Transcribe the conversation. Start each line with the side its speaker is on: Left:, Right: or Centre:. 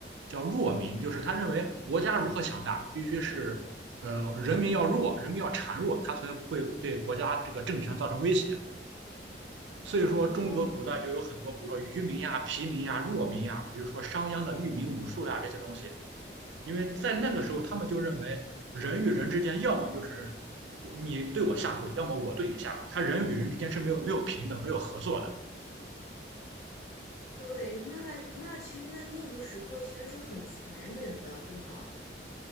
Right: 叫弱民，就是他认为国家如何强大，必须是呃人民要弱，人民要孱弱，他才会对国家这个政权造成威胁。所以说，
Left: 哦，
Right: 中国古代就有很多，比如说愚民呀、疲民呀、弱民呀，比如说商鞅的御民武术呀这些东西，因为在那个时候，他们就认为人与人之间，要么就是你对我下跪，要么我对你下跪，他人与人之间是没有没有平等、没有合作的，
Left: 对，那那其实那那个时候其实是很残忍的，对吗？